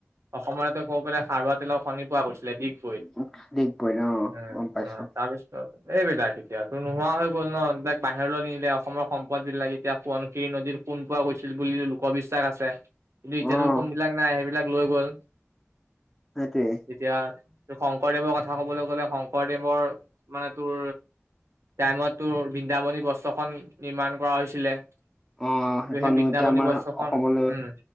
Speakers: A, on the right; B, in the centre.
A: অসমৰেতে ক'ব গলে খাৰুৱা তেলৰ খনি পোৱা গৈছে। ডিগবৈত
B: উম দিগবৈ অ
A: এহ
B: গম পাইছো
A: এহ তাৰ পিছত এইবিলাক এতিয়া তো নোহোৱা হৈ গ'ল ন এইবিলাক বাহিৰলৈ নিলে অসমৰ সম্পদ বিলাক এতিয়া সোৱনশিৰৰি - সোন পোৱা গৈছিল বুলি লোকবিশ্বাস আছিল। কিন্তু এতিয়াতো
B: অ',
A: সোন বিলাক নাই সেইবিলাক লৈ গ'ল।
B: সেইটোৱে।
A: এতিয়া,। শংকৰদেৱৰ কথা কবলৈ গ'লে শংকৰদেৱৰ মানে তোৰ টাইমত তোৰ বৃন্দাবনী বস্ত্ৰখন নিৰ্মাণ কৰা হৈছিলে।
B: অ,
A: কিন্তু
B: সেইখনো
A: সেই বৃন্দাবনী
B: এতিয়া আমাৰ
A: বস্ত্ৰখন
B: অসমলৈ
A: উম